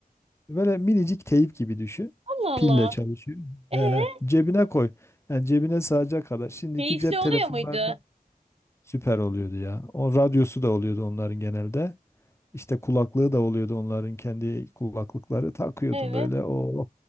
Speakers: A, on the left; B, on the right.
A: Böyle minicik teyip gibi düşün.
B: Allah Allah.
A: Pille çalışıyor.
B: Ee,
A: Ee, cebine koy. Yani cebine sığacak kadar. Şimdiki
B: keyifli
A: cep
B: oluyor
A: telefonlarında
B: muydu?
A: süper oluyordu ya. O radyosu da oluyordu onların genelde. İşte kulaklığı da oluyordu onların kendi kulaklıkları. Takıyordun
B: Evet.
A: böyle o